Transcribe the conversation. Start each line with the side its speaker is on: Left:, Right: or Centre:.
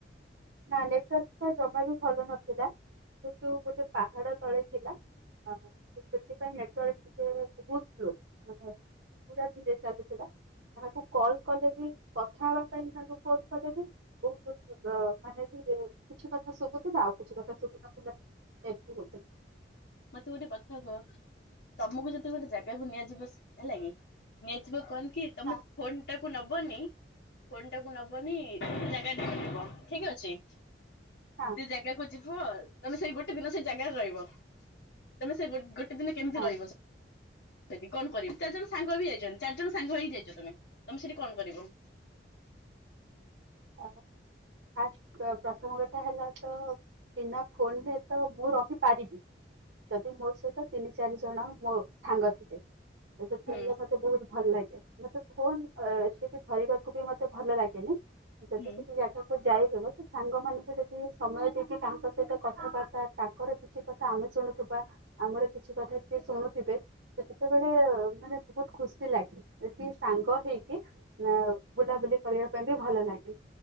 Right: ନା ନେଟୱାର୍କ ତ ଜମା ବି ଭଲ ନଥିଲା କିନ୍ତୁ ଗୋଟେ ପାହାଡ ତଳେ। ଥିଲା ଅ, ତ ସେଥିପାଇଁ ନେଟୱାର୍କ ଟିକେ ବହୁତ ସ୍ଲୋ ମାନେ। ପୁରା ଧୀରେ ଚାଲୁଥିଲା କାହାକୁ କଲ୍ କଲେ ବି କଥା। ଏ ତାଙ୍କୁ ଫୋନ କଲେ ବି ବହୁତ ଅ ମାନେ <unintelligible> କିଛି କଥା ଶୁଭୁଥିଲା ଆଉ କିଛି କ ଥା ଶୁଭୁନଥିଲା। ଏମିତି ହଉ
Left: ମତେ ଗୋଟେ କଥା କୁହ। ତମକୁ ଯଦି ଗୋଟେ ଜାଗାକୁ ନିଆଯିବ ହେଲା କିି ନିଆଯିବ କନ କି ତମେ
Right: ହଁ
Left: ଫୋନ୍ ଟାକୁ ନବନି। ଫୋନ୍ ଟାକୁ ନବନି ଜାଗା ଦେଖିବ ଠିକ ଅଛି।
Right: ହଁ।
Left: ସେ ଜାଗାକୁ ଯିବ। ତମେ ସେଇ ଗୋଟେ ଦିନ ସେଇ ଜାଗାରେ ରହିବ। ତମେ ସେ ଗୋ-ଗୋଟେ ଦିନ କେମିତି
Right: ହଁ।
Left: ରହିବ ଦି କଣ କରିବି ଚାରି ଜଣ ସାଙ୍ଗ ବି ଯାଇଛନ୍ତି। ଚାରି ଜଣ ସାଙ୍ଗ ହେଇି ଯାଇଛ ତମେ। ତମେ ସେଠି କଣ କରିବ?
Right: ଆ ଫାର୍ଷ୍ଟ ଅ ପ୍ରଥମ କଥା ହେଲା ତ। ବିନା ଫୋନରେ ତ ମୁଁ ରହିପାରିବି। ଯଦି ମୋ ସହିତ ତିନି ଚାରି ଜଣ ମୋ ସାଙ୍ଗ ଥିବେ। ତ ସେତେବେଳେ
Left: ହୁଁ
Right: ମତେ ବହୁତ। ଭଲ ଲାଗେ। ମତେ ଫୋନ୍ ଆ ସେଠି ଧରିବାକୁ ବି ମତେ ଭଲ ଲାଗେନି ଯଦି
Left: ହୁଁ
Right: ସେଠି ଜା ଖକୁ ଯାଇହବ ତ ସାଙ୍ଗ ମାନଙ୍କୁ ଯଦି ସମୟ ଦେଇକି ତାଙ୍କ ସହିତ କଥାବା ତା ତାଙ୍କର କିଛି କଥା ଆମେ ଶୁଣୁଥିବା ଆମର କିଛି କଥା ସିଏ ଶୁଣୁଥିବେ। ତ ସେତେବେଳେ ମାନେ ବହୁତ ଖୁସି ଲାଗେ କି ସାଙ୍ଗ ହେଇକି ମ ବୁଲାବୁଲି କରିବା ପାଇଁ ବି ଭଲ ଲାଗେ।